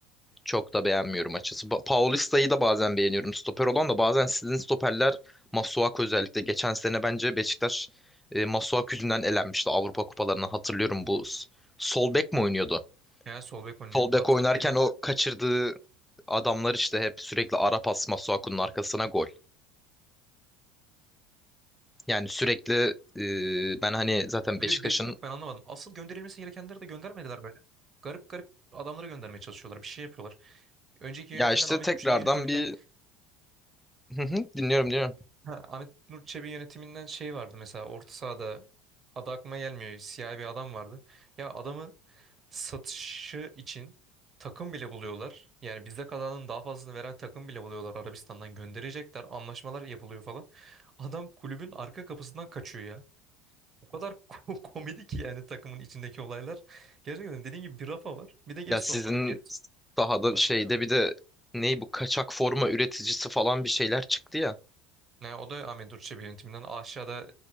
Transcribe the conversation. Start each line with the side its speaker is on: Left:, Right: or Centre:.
Centre: çok da beğenmiyorum açısı. Ba- Paulista'yı da bazen beğeniyorum. Stoper olan da bazen sizin stoperler Masuaku özellikle. Geçen sene bence Beşiktaş e, Masuaku yüzünden elenmişti Avrupa kupalarını. Hatırlıyorum bu s- sol bek mi oynuyordu?
Right: Yani sol bek oynuyor.
Centre: Sol bek
Right: Batırdı
Centre: oynarken
Right: ya.
Centre: o kaçırdığı adamlar işte hep sürekli ara pas Masuaku'nun arkasına gol. Yani sürekli e, ben hani zaten Beşiktaş'ın
Right: Böyle bir bek yok ben anlamadım. Asıl gönderilmesi gerekenleri de göndermediler böyle. Garip garip adamları göndermeye çalışıyorlar. Bir şey yapıyorlar. Önceki
Centre: ya
Right: yönetimden
Centre: işte
Right: Ahmet
Centre: tekrardan
Right: Nur Çebi yönetiminden
Centre: bir <laughs> Hı hı, dinliyorum dinliyorum.
Right: ha, Ahmet Nur Çebi yönetiminden şey vardı mesela orta sahada adı aklıma gelmiyor. Siyah bir adam vardı. Ya adamı satışı için takım bile buluyorlar. Yani bizde kalanın daha fazlasını veren takım bile buluyorlar. Arabistan'dan gönderecekler. Anlaşmalar yapılıyor falan. Adam kulübün arka kapısından kaçıyor ya. O kadar ko- <laughs> komedi ki yani takımın içindeki olaylar. Gerçekten dediğim gibi bir Rafa var. Bir de Gedson
Centre: Ya sizin
Right: var. Get
Centre: sahada
Right: başka
Centre: şeyde
Right: yok.
Centre: bir de ney bu kaçak forma üreticisi falan bir şeyler çıktı ya.
Right: Ne o da Ahmet Durçebi yönetiminden. Aşağıda